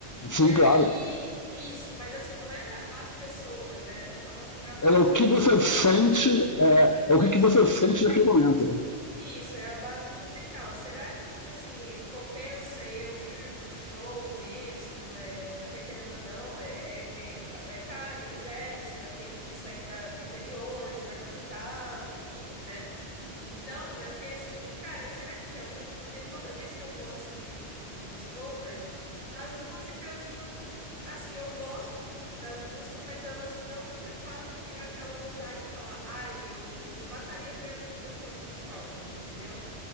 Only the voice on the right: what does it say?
E aí,
isso, mas assim, não era as pessoas, era, eu falo assim, a base
musical.
Isso.
Isso, é a base musical. Será que, tipo assim, compensa eu ir no show mesmo? É, porque, querendo ou não, é, é, é, o ca- é caro o ingresso, eu tenho que sair da, do interior, ir pra capital, enfim, né? Então, eu fiquei assim, cara, será que realmente? Porque toda vez que eu vou assim em, nos covers, as músicas não. Assim, eu gosto muito das músicas, mas elas não me fazem ter aquela vontade de falar, ai, eu me mataria pra ir no show dos Scorpions, entendeu?